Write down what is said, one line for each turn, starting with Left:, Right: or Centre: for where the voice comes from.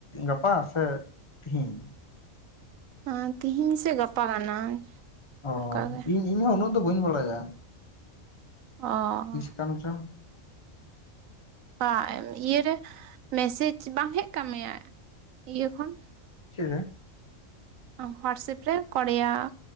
Left: ᱜᱟᱯᱟ ᱥᱮ ᱛᱤᱦᱤᱧ?
Right: ᱟᱻ ᱛᱤᱦᱤᱧ ᱥᱮᱹ ᱜᱟᱯᱟ ᱠᱟᱱᱟ
Left: ᱚ
Right: ᱚᱱᱠᱟᱜᱮ
Left: ᱤᱧ ᱤᱧ ᱦᱚ ᱩᱱᱟᱹᱜ ᱫᱚ ᱵᱟᱹᱧ ᱵᱟᱲᱟᱭᱟ᱾
Right: ᱚᱻ
Left: ᱛᱤᱥ ᱠᱟᱱ ᱪᱚ᱾
Right: ᱵᱟ ᱤᱭᱟᱹᱨᱮ ᱢᱮᱥᱮᱡᱽ ᱵᱟᱝ ᱦᱮᱡ ᱠᱟᱜ ᱢᱮᱭᱟ ᱤᱭᱟᱹ ᱠᱷᱚᱱ
Left: ᱪᱮᱜ ᱨᱮ?
Right: ᱦᱚᱣᱟᱴᱥᱮᱯ ᱨᱮ ᱠᱚᱨᱮᱭᱟ